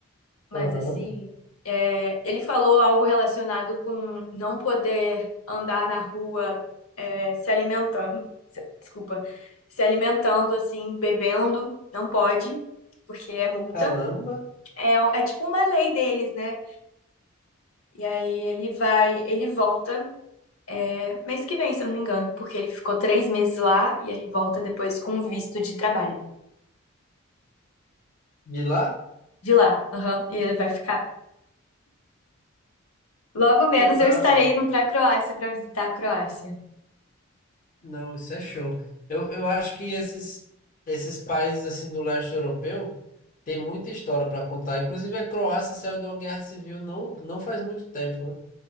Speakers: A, on the left (about 80°); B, on the left (about 40°).
A: mas
B: Aham.
A: assim, é, ele falou algo relacionado com não poder andar na rua, é, se alimentando, se- desculpa, se alimentando assim, bebendo, não pode, porque é multa.
B: Caramba,
A: É, é tipo uma lei deles, né? E aí ele vai, ele volta. é, mês que vem, se eu não me engano, porque ele ficou três meses lá e aí volta depois com um visto de trabalho.
B: de lá?
A: De lá, aham, e ele vai ficar. Logo menos
B: Que massa.
A: eu estarei indo para a Croácia para visitar a Croácia.
B: Não, isso é show. Eu, eu acho que esses, esses países assim do leste europeu tem muita história para contar. Inclusive a Croácia saiu de uma guerra civil não, não faz muito tempo, né?